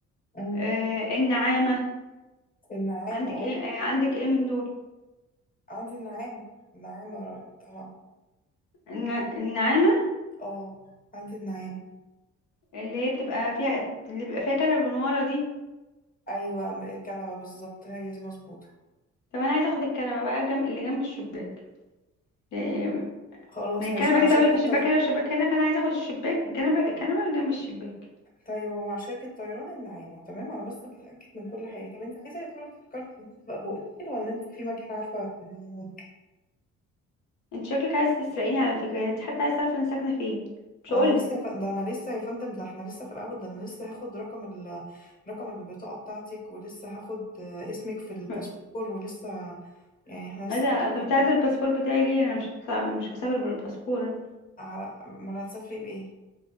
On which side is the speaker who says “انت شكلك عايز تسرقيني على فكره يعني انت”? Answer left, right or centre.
Left